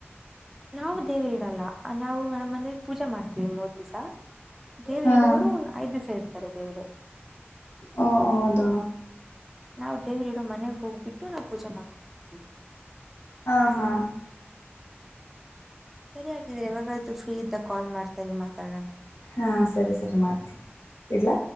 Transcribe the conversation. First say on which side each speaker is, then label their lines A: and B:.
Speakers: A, in the centre; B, on the left.
A: ನಾವು ದೇವರಿ ಇಡಲ್ಲ ನಾವು ನ ಮನೇಲಿ ಪೂಜೆ ಮಾಡ್ತೀವಿ ಮೂವತ್ ದಿವಸ ದೇವರು
B: ಹಾಂ
A: ಇಡೋರು ಐದ ದಿವಸ ಇರ್ತಾರೆ ದೇವರು
B: ಹೋ ಹೌದ
A: ನಾವು ದೇವರಿಡೋ ಮನೆಗ್ ಹೋಗ್ಬಿಟ್ಟು ನಾವು ಪೂಜೆ ಮಾಡ್ಕೋತೀವಿ
B: ಹಾ ಹಾ
A: ಸರಿ ಹಾಗಗಿದ್ರೆ ಇವಾಗೂ ಫ್ರೀ ಇದ್ದ ಕಾಲ್ ಮಾಡ್ತ ಮಾತಾಡೋಣ
B: ಹಾಂ ಸರಿ ಸರಿ ಮಾಡ್ತೀವಿ ಇಡಲ